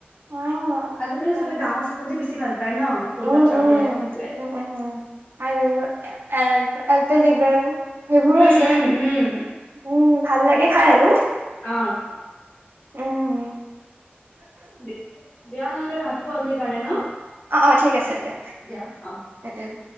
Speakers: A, on the right; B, on the left.
A: অ,
B: আজিকালি চবে
A: তাকে।
B: ডাঙৰ চকলেটে বেছি ভাল পায় ন সৰু
A: উম
B: বাচ্ছাবোৰে
A: উম
B: সেইটোয়ে
A: উম উম আৰু এলপেলিপেল সেইবোৰো
B: উম
A: আছে।
B: উম উম
A: উম ভাল লাগে। খাই আৰু
B: অ
A: উম
B: দিয়া নহলে ৰাখো আজিৰ কাৰণে ন?
A: অ-অ ঠিক আছে দিয়া
B: দিয়া অ
A: উ-উ